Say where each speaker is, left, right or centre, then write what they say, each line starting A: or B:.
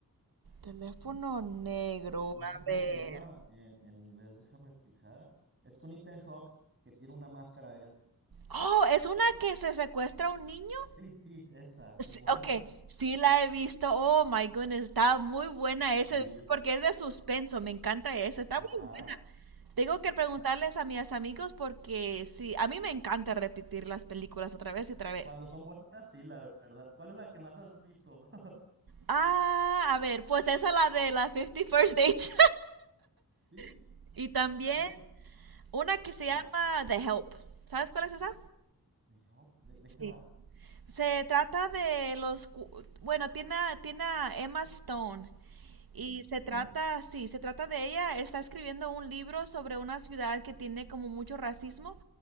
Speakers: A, on the right (about 70°); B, on the right (about 30°).
A: Teléfono negro,
B: Ah, no
A: a
B: sé cómo
A: ver.
B: se llama en, en inglés, déjame fijar. Es con Ethan Hawke, que tiene una máscara él.
A: Oh, es una que se secuestra a un niño.
B: Sí, sí, esa,
A: Sí,
B: es buena,
A: ok,
B: ¿no?
A: sí la he visto. Oh my goodness, está muy buena
B: Sí,
A: esa, es- porque es de suspenso. Me encanta esa. Está
B: ajá.
A: muy... Tengo que preguntarles a mis amigos porque sí, a mí me encanta repetir las películas otra vez y otra vez.
B: Cuando son buenas, sí, la verdad. ¿Cuál es la que más has visto? <laughs>
A: Ah, a ver, pues esa es la de las Fifty First Dates.
B: Sí,
A: <laughs> y también
B: yo creo.
A: una que se
B: ¿Cuál?
A: llama The Help. ¿Sabes cuál es esa?
B: ¿De, Hawk? ¿De, de
A: Sí.
B: qué va?
A: Se trata de los... cu- Bueno, tiene, a- tiene a Emma Stone Y
B: Emma Stone.
A: se trata, sí, se trata de ella, está escribiendo un libro sobre una ciudad que tiene como mucho racismo